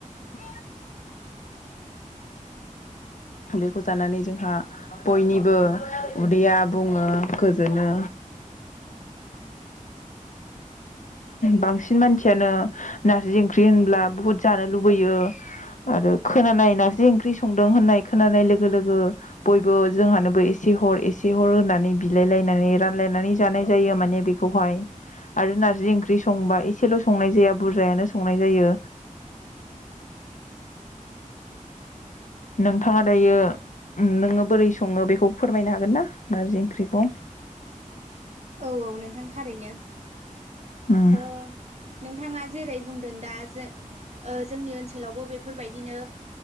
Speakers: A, on the left; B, on the right.
A: <inaudible> बेखौ जानानै जोंहा बयनिबो उदैया बुङो गोजोनो। बांसिन मानसियानो नारजि ओंख्रि होनब्ला बुहुद जानो लुबैयो आरो खोनानाय नारजि ओंख्रि संदों होननाय खोनानाय लोगो लोगो बयबो जोंहानोबो एसे हर एसे हर होनानै बिलायलायनानै रानलायनानै जानाय जायो माने बेखौहाय। आरो नार्जि ओंख्रि संबा एसेल' संनाय जाया बुरजायानो संनाय जायो नोंथाङा दायो नोङो बोरै सङो बेखौ फोरमायनो हागोन ना नारजि ओंख्रिखौ?
B: औ औ नोंथां थारैनो
A: उम
B: ओ नोंथाङा जेरै बुंदों दा जो ओ जोंनि ओनसोलावबो बेफोरबायदिनो